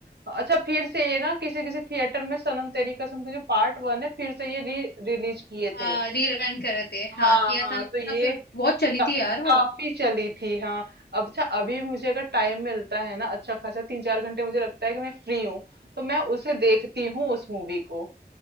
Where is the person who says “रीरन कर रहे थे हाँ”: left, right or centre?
Left